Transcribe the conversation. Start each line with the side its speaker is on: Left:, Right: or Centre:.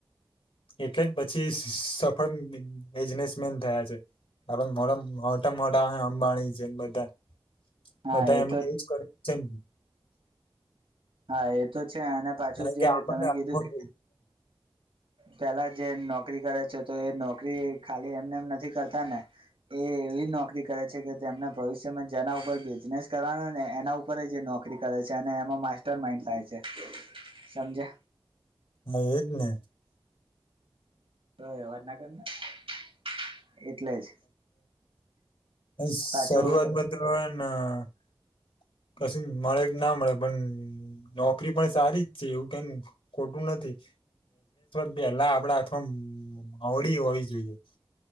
Left: એટલે જ પછી સફળ બિઝનેસમેન થયા છે. આપડે મોડમ <unintelligible> મોટા મોટા અંબાણી જેમ બધા
Right: હા
Left: બધા
Right: એ
Left: એમને
Right: તો
Left: <unintelligible>
Right: હા એ તો છે, અને પાછું
Left: કારણ
Right: જે
Left: કે આપણને
Right: તમે
Left: અનુભવ
Right: કીધું કે પેલા જે નોકરી કરે છે, તો એ નોકરી, ખાલી એમનેમ નથી કરતા ને, એ એવી નોકરી કરે છે, કે તેમને ભવિષ્યમાં જેના ઉપર બિઝનેસ કરવાનો ને એના ઉપર જ એ નોકરી કરે <unintelligible> એમાં માસ્ટર માઇન્ડ થાય છે, સમજ્યા!
Left: <unintelligible>
Right: <unintelligible> એટલે જ.
Left: <unintelligible>
Right: પાછું
Left: કશું મળે <unintelligible> ના મળે પણ, નોકરી પણ સારી જ છે, એવું <unintelligible> ખોટું નથી. <unintelligible> પેલા આપડા હાથ <unintelligible> <unintelligible> હોવી જોઈએ.